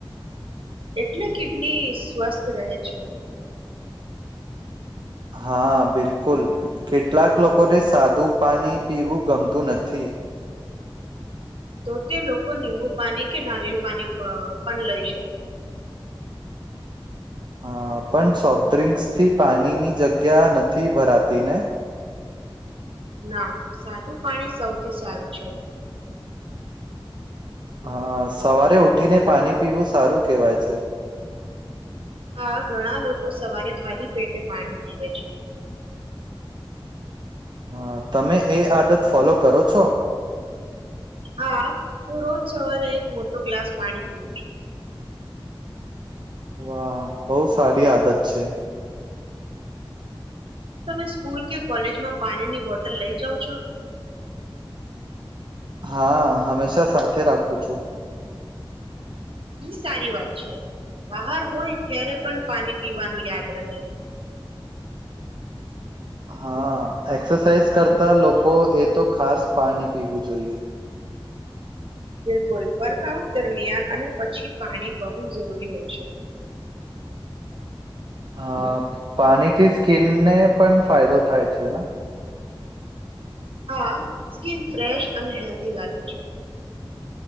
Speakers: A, on the right; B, on the right.
A: એટલે કિડની સ્વસ્થ રહે છે
B: હા બિલકુલ કેટલાક લોકોને સાદું પાણી પીવું ગમતું નથી
A: તો તે લોકો નીંબુ પાણી કે નારિયેલ પાણી પ પણ લઈ શકે
B: હા પણ સોફ્ટ ડ્રિંક્સ થી પાણીની જગ્યા નથી ભરાતી ને
A: ના સાદું પાણી સૌથી સારું છે
B: હા સવારે ઉઠીને પાણી પીવું સારું કેહેવાય છે
A: હા ઘણા લોકો સવારે ખાલી પેટે પાણી પીવે છે
B: હા તમે એ આદત ફોલો કરો છો
A: હા હું રોજ સવારે એક મોટો ગ્લાસ પાણી પીવું છું
B: વાહ બોહ સારી આદત છે
A: તમે સ્કૂલ કે કોલેજમાં પાણીની બોટલ લઇ જાઓ છો
B: હા હમેશા સાથે રાખું છું
A: ઈ સારી વાત છે બહાર હોય ત્યારે પણ પાણી પીવાનું યાદ રહે
B: હા એક્સરસાઇઝ કરતા લોકો એ તો ખાસ પાણી પીવું જોઈએ
A: બિલકુલ વર્કઆઉટ દરમિયાન અને પછી પાણી બહુ જરૂરી હોય છે
B: હા પાણીથી સ્કીિનને પણ ફાયદો થાય છેને
A: હા સ્કીન ફ્રેશ અને હેલ્થ દી લાગે છે